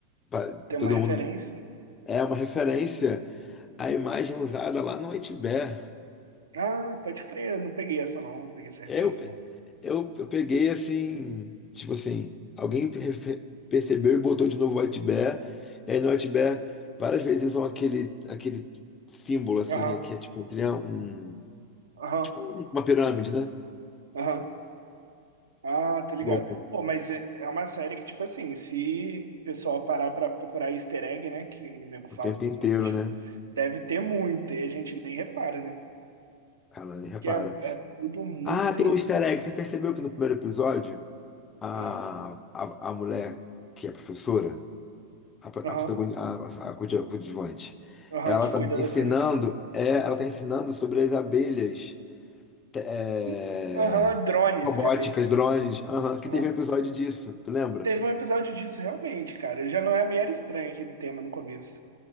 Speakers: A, on the left; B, on the right.
A: pa-
B: tem
A: todo
B: uma referência.
A: mundo é uma referência à imagem é usada lá no White Bear.
B: Ah, pode crer, eu não peguei essa não, não peguei essa
A: Eu,
B: referência
A: pe-
B: não.
A: eu pe- peguei assim, tipo assim, alguém perfe- percebeu e botou de novo White Bear, e aí no White Bear várias vezes usam aquele, aquele símbolo assim,
B: Aham,
A: né, que é tipo um, triângulo, um-
B: aham,
A: tipo uma pirâmide, né?
B: aham. Ah, tô ligado.
A: Louco,
B: Pô, mas é é uma série que, tipo assim, se o pessoal parar pra procurar easter egg, né, que o nego fala,
A: o tempo
B: né,
A: inteiro,
B: tipo,
A: né?
B: deve ter muito, e a gente nem repara, né?
A: Cara, repara.
B: Que é, é tudo muito...
A: Ah, tem um easter egg. Você percebeu que no primeiro episódio, a,
B: Aham,
A: a, a mulher que é professora, a, pro-
B: aham,
A: a, protagoni- a, a, coadju- coadjuvante,
B: aham,
A: ela
B: que
A: tá
B: cuida
A: ensinando,
B: das crianças.
A: é, ela tá ensinando sobre as abelhas te- é,
B: Ih, Aham, drones
A: robóticas,
B: de abelhas.
A: drones, aham, que
B: Aham.
A: teve um episódio disso, tu lembra?
B: Teve um episódio disso, realmente, cara. Já não é meio era estranho aquele tema no começo.